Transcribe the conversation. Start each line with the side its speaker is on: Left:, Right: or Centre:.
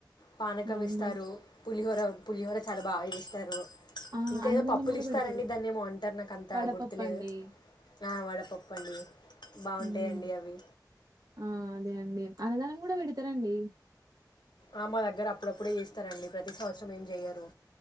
Left: పానకం
Right: అవునా
Left: ఇస్తారు పులిహోర పులిహోర చాలా బాగా చేేస్తారు
Right: ఆ
Left: ఇంకేదో
Right: అన్నదానం
Left: పప్పులు
Right: కూడా
Left: ఇస్తారండి
Right: పెడతారు
Left: దాన్న ఏమో అంటారు నాకు అంత
Right: వడపప్పండి.
Left: గుర్తులేదు ఆ వడపప్పు అండి బాగుంటాయండి
Right: హ్మ్.
Left: అవి
Right: ఆ! అదే అండి అన్నదానం కూడా పెడతారండి
Left: ఆ మా దగ్గర అప్పుడప్పుడే చేస్తారండి ప్రతి సంవత్సరం ఏం చెయ్యరు